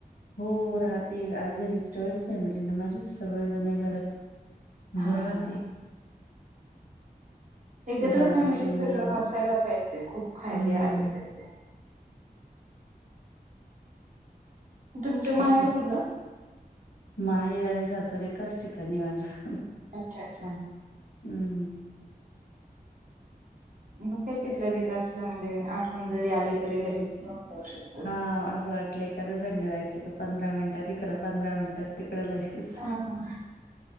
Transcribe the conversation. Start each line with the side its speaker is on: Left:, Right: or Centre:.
Left: हो राहते. आ घरी जॉईंट फॅमिली ना माझे सगळेजण आहे घरात. मग
Right: हां,
Left: राह
Right: हां,
Left: ते.
Right: हां. एकत्र
Left: जावेची
Right: फॅमिली
Left: मुलं पण.
Right: असायला पाहिजे खूप फायदे
Left: हम्म
Right: आहेत त्याचे. तुमचं माहेर
Left: अ्च्या.
Right: कुठलं?
Left: माहेर आणि सासर एकाच ठिकाणी आहे माझं.
Right: अच्छा! अच्छा!
Left: हम्म
Right: मग काही तिथलं तिथं असलं म्हणजे आठवण जरी आली तरी लगेच येऊन जाऊ शकत.
Left: ह असं आपलं एखाद संडे जायचं का पंधरा मिनिटात तिकडंधरा मिनटात तिकडं लग-
Right: हां.